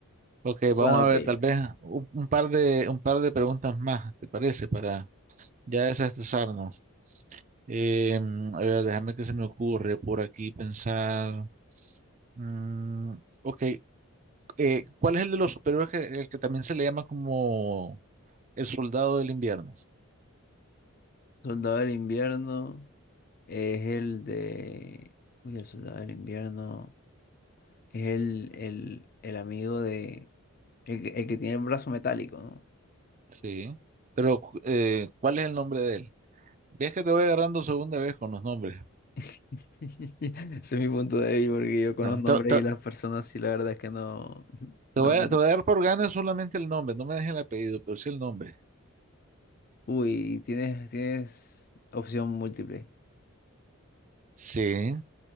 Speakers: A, on the right; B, on the left.
A: Ok,
B: Bueno,
A: vamos a ver,
B: pilla.
A: tal vez un, un par de, un par de preguntas más, ¿te parece? Para ya desestresarnos. Em, a ver, déjame que se me ocurre por aquí pensar. Mm, ok, eh, ¿cuál es el de los superiores que, el que también se le llama como el soldado del invierno?
B: Soldado del Invierno es el de, uy, el Soldado del Invierno. Es el, el, el amigo de... El, que- el que tiene el brazo metálico, ¿no?
A: Sí, pero cu- eh, ¿cuál es el nombre de él? Ves que te voy agarrando segunda vez con los nombres.
B: <laughs> Ese es mi punto de vista, porque yo con
A: Ah,
B: los nombres
A: Te, te-
B: y las personas, sí, la verdad es que no... <laughs> no...
A: te voy a, te voy a dar por ganas solamente el nombre, no me dejes el apellido, pero sí el nombre.
B: Uy, tienes, tienes opción múltiple.
A: Sí.